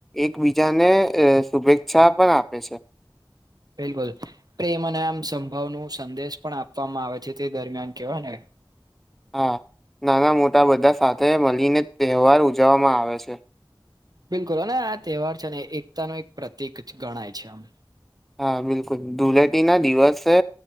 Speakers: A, in the centre; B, on the right.
A: એકબીજાને અ શુભેચ્છા પણ આપે છે.
B: બિલકુલ, પ્રેમ અને આમ સંભાવનુ સંદેશ પણ આપવામાં આવે છે તે દરમિયાન, કેવાય ને.
A: હા, નાના મોટા બધા સાથે મળીને તહેવાર ઉજવવામાં આવે છે.
B: બિલકુલ, અને આ તહેવાર છે ને એકતા નો એક પ્રતિક છ ગણાય છે એમ.
A: હા બિલકુલ, ધુલેટી ના દિવસે